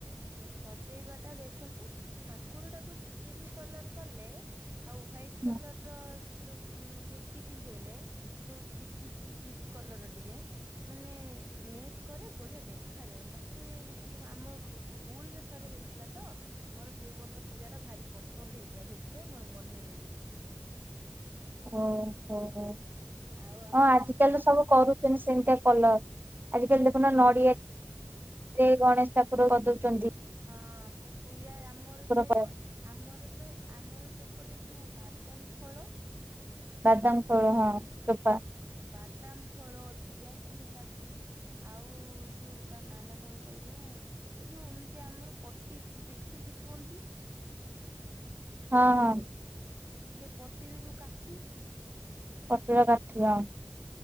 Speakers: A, on the right (about 80°); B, on the right (about 50°).
A: ସଜେଇବା ଟା ଦେଖନ୍ତୁ ଠାକୁର ଟାକୁ ସ୍କିନ୍ କଲର କଲେ ଆଉ ହ୍ଵାଇଟ୍
B: ଓହୋ
A: କଲର ର ସେ ଯୋଉ ଧୋତି ପିନ୍ଧେଇଲେ ଯୋଉ ଝିକ୍ ଝିକ୍ ଝିକ୍ ଝିକ୍ କଲର ଟିକେ ମାନେ ମେଚ କରେ ବଢିଆ ଦେଖାଯାଏ ମତେ ଯେତିକି ଆମକୁ ସ୍କୁଲୁ ରେ ଥରେ ହେଇଥିଲା ତ। ମୋର ସେଇ ବର୍ଷ ପୂଜା ଟା ଭାରି ପସନ୍ଦ ହେଇଥିଲା, ସେଥିପାଇଁ ମୋର ମନେ ରହିଯାଇଛି।
B: ଓହୋ ହଁ
A: ଆଉ ଆପଣ
B: ଆଜିକାଲି ତ ସବୁ
A: ଆପଣ
B: କରୁ ମାନେସେମିତିଆ କଲର ଆଜି କାଲି ଦେଖୁନ
A: ହଁ
B: ନଡିଆ
A: ଆପଣ
B: ସେ ଗଣେଶ ଠାକୁର କରି ଦଉଛନ୍ତି।
A: ହଁ ଦିଆ ଆମର ତ ଏପ
B: କର
A: ଆମର ତ ଆମର ତ ଏପଟେ ଯୋଉ ବାଦାମ ଖୋଳ
B: ବାଦାମ ଖୋଳ ହଁ ଚୋପା
A: ବାଦାମ ଖୋଳ, ଡିଆସିଲି କାଠି ଆଉ ଏଇ ଯୋଉ ତା ନାଁ ଟା କଣ କହିବେ? ଏ ଯୋଉ ଏମିତି ଆମର ପଟି ବିଛେଇକି ଶୁଅନ୍ତି।
B: ହଁ ହଁ।
A: ସେ ପଟିରେ ଯୋଉ କାଠି।
B: ପତୁକା କାଠିବା।